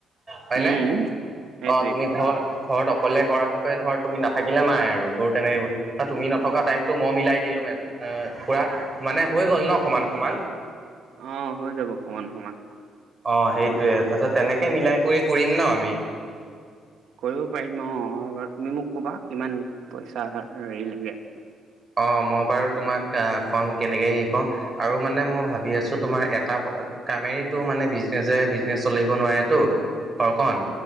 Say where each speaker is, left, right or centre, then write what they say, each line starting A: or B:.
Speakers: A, on the right; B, on the right.
A: হয়
B: উম,
A: নে?
B: সেইটোৱেইটো
A: অ' তুমি ঘৰ ঘৰত অকলে কৰাতকৈ ধৰ তুমি নাথাকিলে নাই আৰু গৰু তেনেক‌ থাকিব তুমি নথকা টাইম টো মই মিলাই দিলো পুৰা মানে হৈ গ'ল ন' সমান সমান।
B: অ' হৈ যাব সমান সমান।
A: অ' সেইটোয়ে তাৰপিছত তেনেকে মিলাই কৰি কৰিম ন' আমি।
B: কৰিব পাৰিম অ' এবাৰ তুমি মোক কবা কিমান পইচাৰ হেৰি লাগে।
A: অ, ' মই বাৰু তোমাক ক'ম কেনেকে হেৰি কৰো। আৰু মানে মই ভাবি আছোঁ তোমাৰ এটা কামেৰেতো মানে বিজনেছে বিজনেছ চলিব নোৱাৰে টো। ঘৰখন